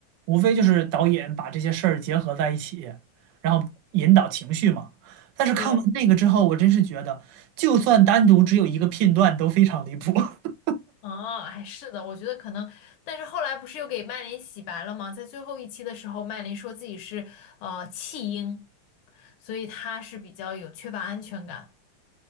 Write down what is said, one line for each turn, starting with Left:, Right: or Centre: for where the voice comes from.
Right: 无非就是导演把这些事儿结合在一起，然后引导情绪嘛。但是看完那个之后，
Left: 对。
Right: 我真是觉得，就算单独只有一个片段都非常离谱，<laughs>
Left: 哦，还是的，我觉得可能，但是后来不是又给麦琳洗白了吗？在最后一期的时候，麦琳说自己是呃弃婴，所以她是比较有缺乏安全感。